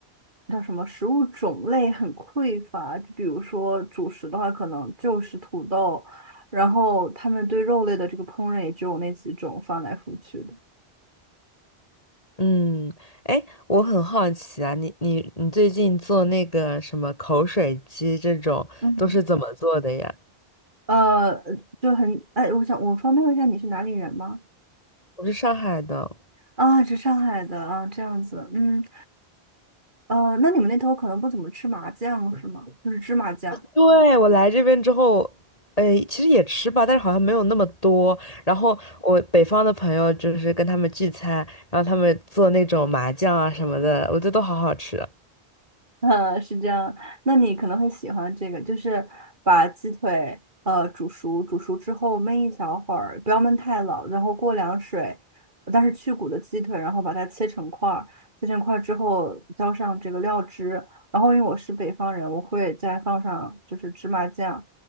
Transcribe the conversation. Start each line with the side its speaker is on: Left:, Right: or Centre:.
Right: 叫什么食物种类很匮乏，就比如说主食的话，可能就是土豆，然后他们对肉类的这个烹饪也只有那几种，翻来覆去的。
Left: 嗯，哎，我很好奇啊，你你你最近做那个什么口水鸡这种都是怎么做的呀？
Right: 嗯，呃，就很，哎，我想我方便问一下你是哪里人吗？
Left: 我是上海的。
Right: 啊，是上海的啊，这样子，嗯，呃，那你们那头可能不怎么吃麻酱是吗？就是芝麻酱。
Left: 对，我来这边之后，呃，其实也吃吧，但是好像没有那么多。然后我北方的朋友就是跟他们聚餐，然后他们做那种麻酱啊什么的，我觉得都好好吃。
Right: <laughs> 嗯，是这样。那你可能会喜欢这个，就是把鸡腿呃煮熟，煮熟之后焖一小会儿，不要焖太老，然后过凉水，但是去骨的鸡腿，然后把它切成块儿，切成块儿之后浇上这个料汁，然后因为我是北方人，我会再放上就是芝麻酱，